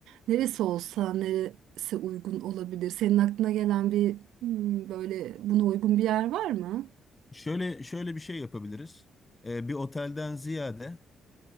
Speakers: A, on the right; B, on the left.
A: Neresi olsa neresi uygun olabilir? Senin aklına gelen bir hmm, böyle buna uygun bir yer var mı?
B: Şöyle şöyle bir şey yapabiliriz. E, bir otelden ziyade